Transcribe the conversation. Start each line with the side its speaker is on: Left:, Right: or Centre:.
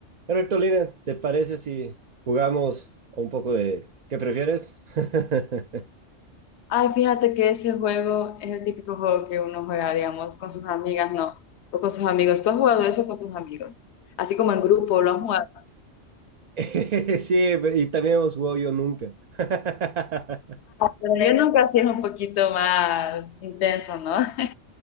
Right: Perfecto, Lina, ¿te parece si jugamos un poco de ¿qué prefieres? <laughs>
Left: Ay, fíjate que ese juego es el típico juego que uno juega, digamos, con sus amigas, no, o con sus amigos. ¿Tú has jugado eso con tus amigos? Así como en grupo, lo has jugado.
Right: Eh, <laughs> Sí, y también hemos jugado yo nunca. <laughs>
Left: Pero yo nunca sí es un poquito más intenso, ¿no? <laughs>